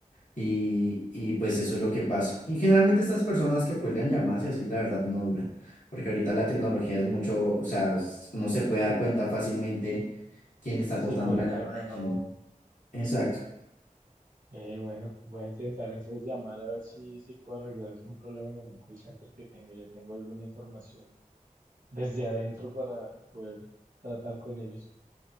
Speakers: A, on the left (about 65°); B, on the right (about 85°).
A: Y, y pues eso es lo que pasa. Y generalmente estas personas que cuelgan llamadas y así, la verdad, no duran, porque ahorita la tecnología es mucho, o sea, s- uno se puede dar cuenta fácilmente quién está cortando
B: Si colgaron
A: la llamada
B: o
A: y quién
B: no.
A: no. Exacto.
B: Eh, bueno, voy a intentar entonces llamar a ver si, si puedo arreglar un problema con un call center que tengo. Ya tengo alguna información desde adentro para poder tratar con ellos.